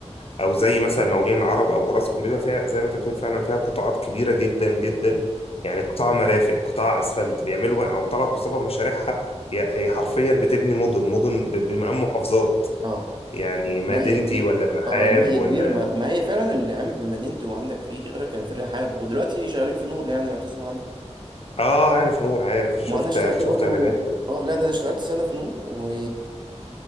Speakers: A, on the left; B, on the right.
A: او زي مثلا مولين العرب او راسكم بيبقى فيها زي ما انت بتقول فعلا فيها قطاعات كبيره جدا جدا
B: مم.
A: يعني قطاع مرافق قطاع اسفلت بيعملوا او طلعت مصطفى مشاريعها هي هي حرفيا بتبني مدن مدن ب- بمقام محافظات
B: اه
A: يعني مدينتي
B: لا هي كبير
A: ولا بحاب
B: اه لا هي
A: ولا
B: كبير ما, ما هي فعلا اللي قامت بمدينتي وعندك فيه غيرها كان في الرحاب ودلوقتي شغالين في نور يعني لو تسمع عنه
A: اه عارف نور عارف شفت
B: ما انا اشتغلت
A: شفت
B: برضو
A: اعلانات
B: اه لا ده انا اشتغلت سنه في نور و